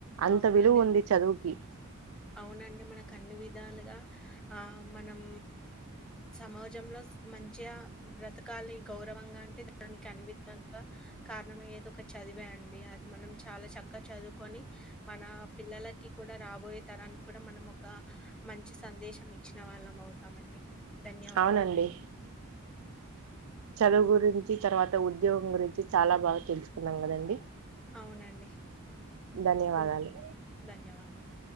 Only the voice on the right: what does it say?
అంత
విలువ ఉంది చదువుకి
అవునండి చదువు గురించి తర్వాత ఉద్యోగం గురించి చాలా బాగా తెలుసుకున్నాం కదండి
ధన్యవాదాలు